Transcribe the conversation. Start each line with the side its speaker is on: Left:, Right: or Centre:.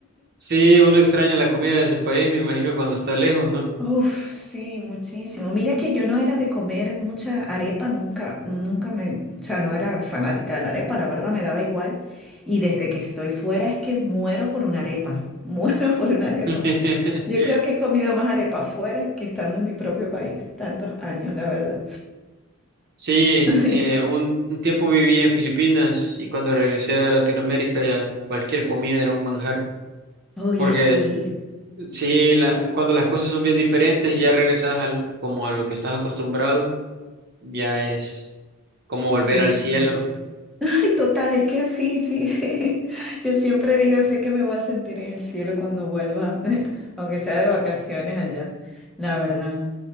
Right: Sí, uno extraña la comida de su país, me imagino cuando está lejos, ¿no?
Centre: Uf, sí, muchísimo. Mira que yo no era de comer mucha arepa, nunca, nunca me, o sea, no era fanática de la arepa, la verdad me daba igual. Y desde que estoy fuera es que muero por una arepa, <laughs> muero por una arepa.
Right: <laughs>
Centre: Yo creo que he comido más arepa fuera que estando en mi propio país, tantos años, la verdad.
Right: Sí,
Centre: <laughs>
Right: eh, un, un tiempo viví en Filipinas y cuando regresé a Latinoamérica ya cualquier comida era un manjar,
Centre: Uy,
Right: porque
Centre: sí,
Right: sí, la- cuando las cosas son bien diferentes y ya regresas al, como a lo que estás acostumbrado ya es como volver
Centre: Sí,
Right: al
Centre: sí.
Right: cielo.
Centre: <laughs> Ay, total, es que así, sí, sí. <laughs> Yo siempre digo, sé que me voy a sentir en el cielo cuando vuelva, <laughs> aunque sea de vacaciones allá, la verdad.